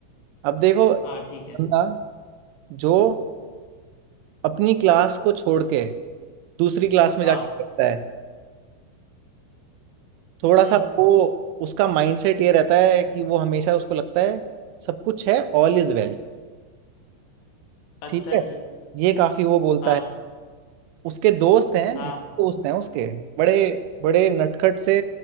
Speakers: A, on the right; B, on the left.
A: अब देखो बंदा
B: हाँ ठीक है
A: जो अपनी क्लास को छोड़ के दूसरी क्लास में
B: हाँ
A: जाके बैठता है थोड़ा
B: हम्म
A: सा वो उसका माइंडसेट ये रहता है कि वो हमेशा उसको लगता है सब कुछ है ऑल इज वेल
B: अच्छा
A: ठीक है
B: जी
A: ये काफी वो बोलता
B: हाँ
A: है उसके दोस्त हैं
B: हाँ
A: दोस्त हैं उसके बड़े बड़े नटखट से